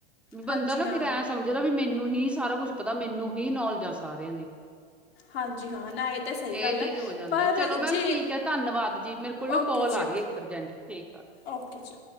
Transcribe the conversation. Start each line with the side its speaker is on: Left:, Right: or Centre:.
Centre: ਵੀ ਬੰਦਾ
Left: ਹਾਂਜੀ
Centre: ਨਾ
Left: ਹਾਂ
Centre: ਫੇਰ ਐਂ ਸਮਝਦਾ ਵੀ ਮੈਨੂੰ ਹੀ ਸਾਰਾ ਕੁਛ ਪਤਾ ਮੈਨੂੰ ਹੀ ਨੌਲੇਜ ਆ ਸਾਰਿਆਂ ਦੀ।
Left: ਹਾਂਜੀ ਹਾਂ ਨਾ। ਤਾਂ ਸਹੀ
Centre: ਇਹ
Left: ਗੱਲ
Centre: ਚੀਜ਼
Left: ਹੈ
Centre: ਹੋ ਜਾਂਦੀ
Left: ਪਰ
Centre: ਆ ਚਲੋ
Left: ਜੇ
Centre: ਮੈਮ ਠੀਕ ਆ ਧੰਨਵਾਦ ਜੀ ਮੇਰੇ ਕੋਲ ਨਾ
Left: ਓਕੇ
Centre: ਕੋਲ
Left: ਜੀ
Centre: ਆ
Left: ਓਕੇ
Centre: ਰਹੀ ਆ ਇੱਕ ਅਰਜੰਟ ਠੀਕ ਆ।
Left: ਓਕੇ ਜੀ।